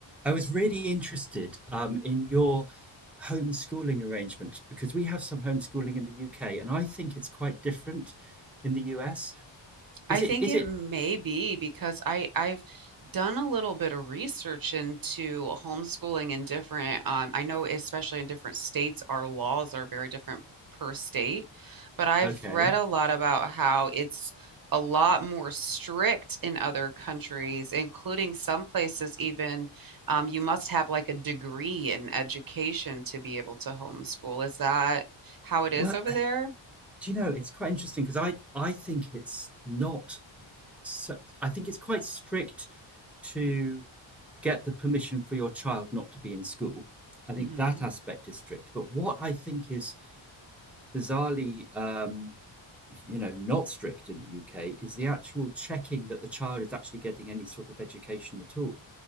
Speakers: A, in the centre; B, on the right.
A: I was really interested um, in your homeschooling arrangement because we have some homeschooling in the UK, and I think it's quite different in the US. Is
B: I
A: it?
B: think
A: Is
B: it
A: it
B: may be because I I've done a little bit of research into homeschooling in different um, I know especially in different states our laws are very different per state, but I've
A: okay?
B: read a lot about how it's a lot more strict in other countries, including some places even um, you must have like a degree in education to be able to homeschool. Is that how it is
A: Well,
B: over there?
A: do you know it's quite interesting because I I think it's not. So, I think it's quite strict to get the permission for your child not to be in school. I think
B: hmm
A: that aspect is strict. But what I think is bizarrely um, you know not strict in the UK is the actual checking that the child is actually getting any sort of education at all.